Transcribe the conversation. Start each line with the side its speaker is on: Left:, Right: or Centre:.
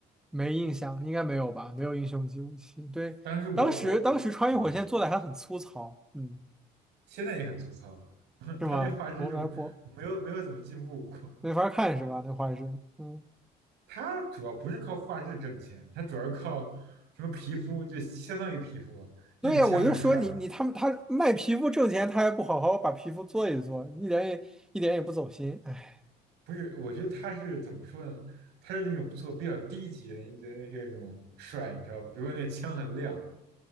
Centre: 没印象，应该没有吧？没有英雄级武器。对，
Right: 当时我我我，
Centre: 当时当时穿越火线做的还很粗糙，
Right: 嗯，
Centre: 嗯，
Right: 现在也很粗糙，<laughs>
Centre: 是吗？
Right: 他那画质就没有没有怎么进步过。
Centre: 我来不没法看是吧？那画质，嗯，
Right: 他主要不是靠画质挣钱，他主要是靠什么皮肤，就相当于皮肤啊就你枪很帅，
Centre: 对，我就说你你他们他卖皮肤挣钱，他还不好好把皮肤做一做，一点也一点也不走心，哎，
Right: 不是，我觉得他是怎么说呢？他是那种做比较低级的你觉得那种帅，你知道吧？比如说那枪很亮，